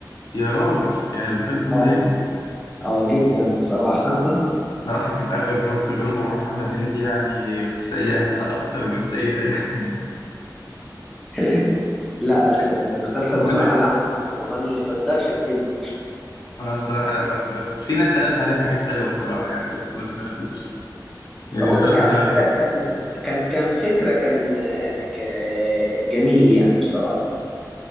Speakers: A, on the left; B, in the centre.
A: يا راجل يعني بتحب محمد
B: اه
A: هنيدي
B: اه جدا بصراحة
A: بصراحه كانت اخر كام تجربه مع محمد هنيدي يعني مش سيئه ده اكتر من سيئه يعني
B: <laughs> لا
A: <laughs>
B: أس... المسلسل
A: طب اقول
B: بصراحة
A: لك
B: اللي عمله في رمضان اللي فات ده شدني
A: انا بصراحه لا ما سمعتوش في ناس قالت عليه حاجات حلوه بصراحه يعني بس ما سمعتوش يعني
B: هو
A: بصراحه
B: كفكرة
A: انا
B: كان كان كان فكرة كان آه، ك... آه، جميل يعني بصراحة